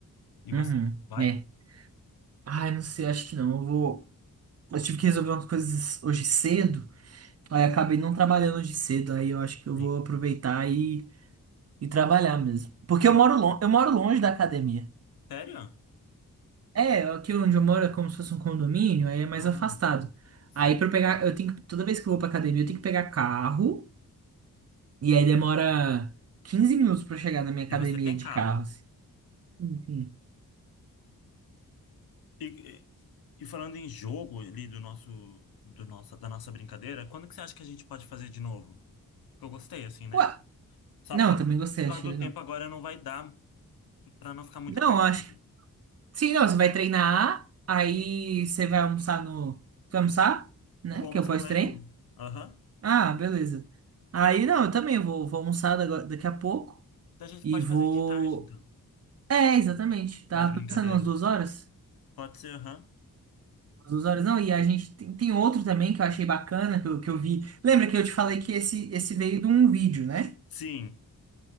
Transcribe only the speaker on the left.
E você?
Vai?
Sim.
E-
sério?
Ah,
sim.
E você tem
carro?
E, e- e falando em jogo ali do nosso, do nossa, da nossa brincadeira, quando que você acha que a gente pode fazer de novo? que eu gostei, assim, né?
Só
por causa
por causa
do
tempo agora não vai dar pra não ficar muito
apertado.
Vou
almoçar
no RU. Aham.
Então a gente
pode
fazer de tarde, então.
Mais brincadeiras.
Pode ser, aham.
Sim.